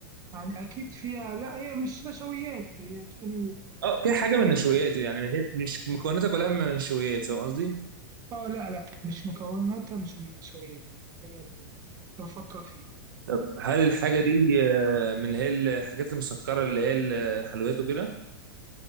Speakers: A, on the right (about 30°); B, on the right (about 80°).
A: يعني اكيد فيها لا هي مش نشويات هي تقول
B: اه في حاجه من النشويات يعني هي مش مكوناتها كلها من النشويات فاهم قصدي
A: اه لا لا مش مكوناتها مش من النشويات حاجة بفكر فيها
B: طب هل الحاجه دي آه، من اللي هي الحاجات المسكره اللي هي الحلويات وكده